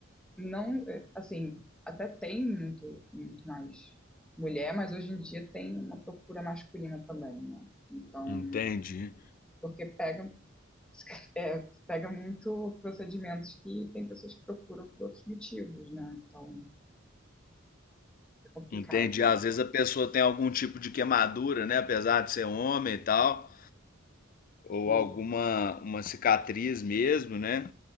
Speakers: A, in the centre; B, on the left.
A: não, é, assim, até tem muito, muito mais mulher, mas hoje em dia tem uma procura masculina também, né? Então,
B: Entendi.
A: porque pega, <laughs> é, pega muito procedimentos que tem pessoas que procuram por outros motivos, né? Então, é complicado,
B: Entendi. Às vezes a pessoa tem algum tipo de queimadura, né, apesar de ser homem e tal, ou
A: sim.
B: alguma uma cicatriz mesmo, né,